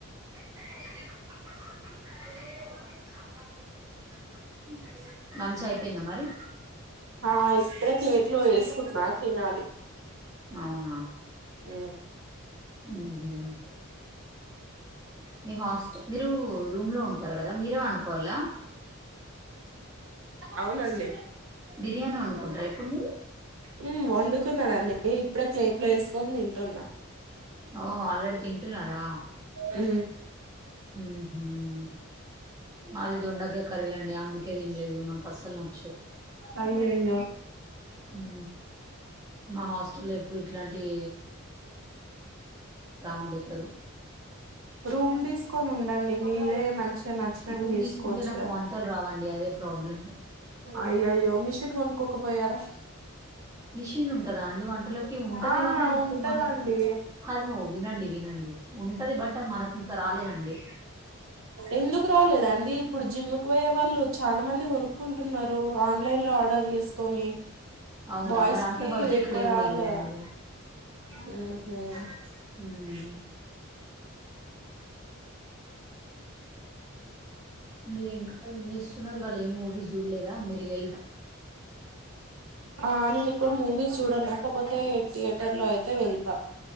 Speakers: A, on the right; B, on the right.
A: <unintelligible> మంచు అయిపోయిందా మరి
B: ఆ ఇప్పుడే ప్లేట్ లో వేసుకున్న తినాలి
A: అవునా
B: ఉ
A: ఉహు మీ హాస్టల్ మీరు రూమ్ లో ఉంటారు కదా మీరే వండుకోవాలా
B: అవునండి
A: బిర్యానీ వండుకుంటారా ఇప్పుడు మీరు
B: ఉ వండుకున్న నేను ఇప్పుడే ప్లేట్ లో వేసుకొని తింటున్నా
A: ఓ ఆల్రెడీ తింటున్నారా
B: ఊ
A: మ్మ్. మాది దొండకాయ కర్రీ అండి అందుకే తినలేదు నాకు అస్సలు న
B: అయ్యయ్యో
A: ఉ మా హాస్టల్ లో ఎప్ ప్పుడు ఇట్లాంటివి ఉండేవారు
B: రూమ్ తీసుకొని ఉండండి మీరే మంచిగా నచ్చినట్టు
A: రూమ్
B: చేసుకోవచ్చు
A: తీసుకుంటే నాకు
B: కదా
A: వంటలు రావండి అదే ప్రాబ్లం
B: అయ్యో అయ్యో మిషన్ కొనుక్కోకపోయారా
A: మిషిన్ ఉంటదా అండి వంటలకి ఉంటది
B: ఆ
A: గాని అది
B: ఉంటదండి
A: మనకి అను వినండి వినండి ఉంటది బట్ అది మనకి ఇంకా రాలేదండి
B: ఎందుకు రాలేదండి ఇప్పుడు జిమ్ముకు పోయే వాళ్ళు చాలామంది ఉ కొనుక్కుంటున్నారు ఆన్లైన్ లో ఆర్డర్ చేసుకొని
A: అవునా
B: బాయ్స్
A: మరి అంత
B: కి
A: బడ్జెట్
B: ఎక్కువ
A: లేదులేండి
B: రాదు కదా
A: అయినా కూడా
B: ఉహు
A: మ్మ్ మీరు ఇంకా ఏం చేస్తున్నారు ఇవాళ ఏ మూవీ చూడలేదా మీరు ఇగా
B: ఆ నేను ఎక్కువ మూవీస్ చూడాను లేకపోతే థియర్ యెటర్ లో అయితే వెళ్తా